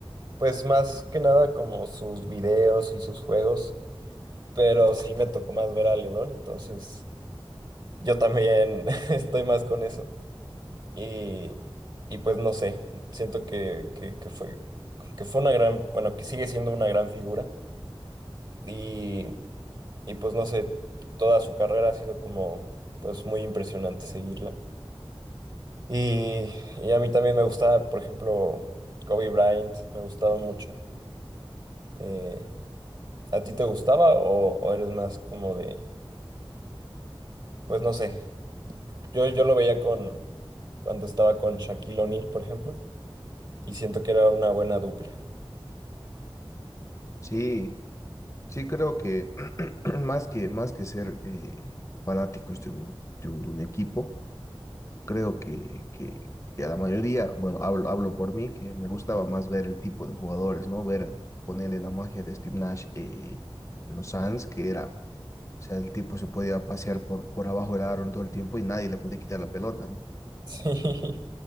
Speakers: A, on the right; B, on the left.
A: pues más que nada como sus videos y sus juegos, pero sí me tocó más ver a LeBron, entonces yo también <laughs> estoy más con eso y, y pues no sé, siento que, que, que fue, que fue una gran, bueno, que sigue siendo una gran figura y, y pues no sé, toda su carrera ha sido como, pues muy impresionante seguirla. Y, y a mí también me gustaba, por ejemplo, Kobe Bryant, me gustaba mucho. Eh, ¿a ti te gustaba o, o eres más como de, pues no sé, yo, yo lo veía con cuando estaba con Shaquille O'Neal, por ejemplo, y siento que era una buena dupla.
B: Sí. Sí, creo que <clears throat> más que, más que ser eh, fanáticos de un, de un, de un equipo, creo que, que, que a la mayoría, bueno, hablo, hablo por mí, que me gustaba más ver el tipo de jugadores, ¿no? Ver, ponerle la magia de Steve Nash eh, en los Suns, que era, o sea, el tipo se podía pasear por, por abajo del aro en todo el tiempo y nadie le podía quitar la pelota, ¿no?
A: <laughs>